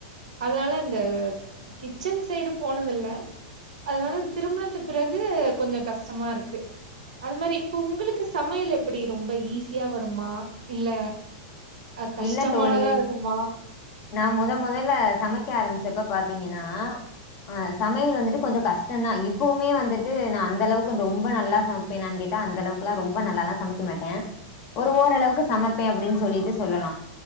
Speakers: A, on the right; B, on the left.
A: அதனால இந்த கிச்சன் சைடு போனதில்ல அதனால திருமணத்து பிறகு கொஞ்சொ கஷ்டமா இருக்கு அது மாரி இப்பொ உங்களுக்கு சமையல் எப்படி ரொம்ப ஈஸியா வருமா இல்ல அ கஷ்டமானதா
B: இல்ல தோழி
A: இருக்குமா
B: நா முத முதல சமைக்க ஆரம்பிச்சப்ப பாத்திங்கனா அ சமையல் வந்துட்டு கொஞ்சொ கஷ்டொந்தா இப்பவுமே வந்துட்டு நா அந்தளவுக்கு ரொம்ப நல்லா சமைப்பேனானு கேட்டா அந்த அளவுக்லா ரொம்ப நல்லாலா சமைக்க மாட்டே ஒரு ஓரளவுக்கு சமைப்பே அப்டின்னு சொல்லிட்டு சொல்லலா